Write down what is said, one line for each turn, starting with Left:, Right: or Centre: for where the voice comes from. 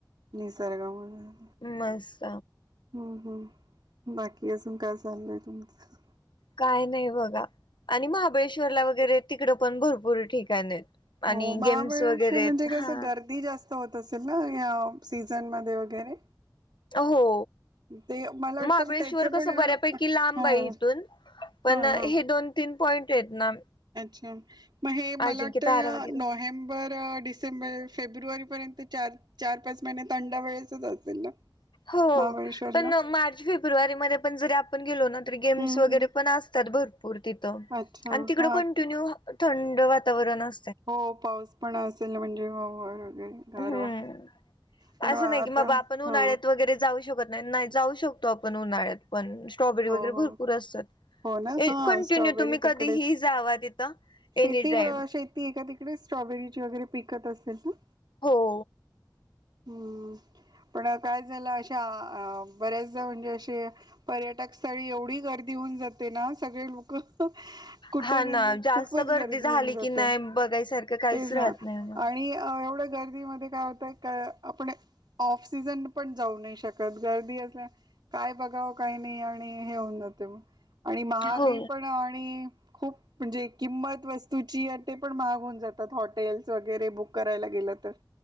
Right: निसर्गामुळे
Left: मस्त
Right: हम् हम् बाकी अजून काय चाललंय तुमचं?
Left: काय नाही बघा आणि महाबळेश्वरला वगैरे तिकड पण भरपूर ठिकाण आहेत. आणि
Right: हो महाबळेश्वर
Left: गेम्स वगैरे
Right: म्हणजे
Left: आहेत. हा
Right: कस गर्दी जास्त होत असेल ना या सीझन मध्ये वगैरे?
Left: हो
Right: ते मला वाटतं
Left: महाबळेश्वर
Right: त्याचे
Left: कस
Right: पण हा
Left: बऱ्यापैकी लांब आहे इिथून. पण
Right: हा
Left: हे
Right: हा
Left: दोन तीन पॉईंट आहेत ना-
Right: अच्छा मग हे मला
Left: अजिंक्य
Right: वाटतं
Left: तारा वगैरे
Right: नोव्हेंबर- डिसेंबर फेब्रुवारी पर्यंत चार चार पाच महिने थंडा वेळेच च असेल ना-
Left: हो
Right: महाबळेश्वरला
Left: पण मार्च फेब्रुवारी म पण जरी आपण गेलो ना- गेम्स
Right: हम्म
Left: वैगेरे
Right: हम्
Left: पण असतात भरपूर तिथ
Right: अच्छा
Left: तिकड
Right: हा
Left: कंटिन्यू- थंड वातावरण असत-
Right: हो पाऊस पण असेल म्हणजे हो- गारवा
Left: हम्म
Right: पण
Left: असं
Right: आता
Left: नाही की म बा आपण उन्हाळ्यात
Right: हा
Left: वगैरे जाऊ शकत- नाही नाही जाऊ शकतो आपण उन्हाळ्यात पण. स्ट्रॉबरी
Right: हो
Left: वगैरे
Right: हो
Left: भरपूर असतात
Right: हो ना हा
Left: कंटिन्यू
Right: स्ट्रॉबेरी
Left: तुम्ही
Right: तिकडेच
Left: कधीही जावा तिथं-
Right: शेती
Left: एनी टाइम.
Right: शेती आहे तिकडे स्ट्रॉबेरी ची वगैरे पिकत असेल ना?
Left: हो....
Right: हम्म पण काय झालं अशा बऱ्याचदा म्हणजे अशे पर्यटक- पर्यटन स्थळी एवढी गर्दी होऊन जाते ना सगळे लोक- कुठे
Left: हा
Right: न
Left: ना जास्त
Right: खूपच गर्दी
Left: झाली
Right: होऊन जाते
Left: की नाही बघायसारखं काहीच
Right: तेच
Left: राहत
Right: ना
Left: नाही मग.
Right: आणि एवढं- गर्दीमध्ये काय होतय आपण ऑक्सिजन पण घेऊ नाही शकत गर्दी असल्या मुळे- काय बघावं काही नाही आणि हे होऊन जाते मग आणि महाग
Left: हो.
Right: हे पण आणि- खूप म्हणजे किंमत वस्तूची आहे ते पण महाग होऊन जातात हॉटेल्स वगैरे बुक करायला गेलं तर-